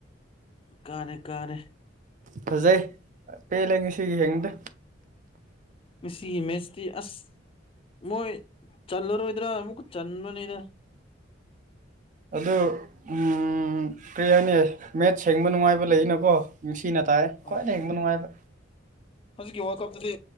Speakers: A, on the left; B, on the right.
A: ꯀꯥꯔꯦ ꯀꯥꯔꯦ
B: ꯐꯖꯩ ꯄꯦꯜꯂꯦ ꯉꯁꯤꯒꯤ ꯍꯡꯗ
A: ꯉꯥꯒꯤ ꯏꯃꯦꯖꯇꯤ ꯑꯁ ꯃꯣꯏ ꯆꯜꯂꯔꯣꯏꯗ꯭ꯔꯥ ꯑꯃꯨꯛꯀ ꯆꯟꯕꯅꯤꯗ
B: ꯑꯗꯣ ꯎꯝ ꯀꯔꯤ ꯍꯥꯏꯅꯦ ꯃꯦꯠ ꯁꯦꯡꯕ ꯅꯨꯡꯉꯥꯏꯕ ꯂꯩꯅꯀꯣ ꯅꯨꯡꯁꯤꯅ ꯇꯥꯏ
A: ꯍꯣꯏ
B: ꯈꯋꯥꯢ ꯌꯦꯡꯕ ꯅꯨꯡꯉꯥꯏꯕ
A: ꯍꯧꯖꯤꯛꯀꯤ ꯋꯥꯔꯜ ꯀꯞꯇꯨꯗꯤ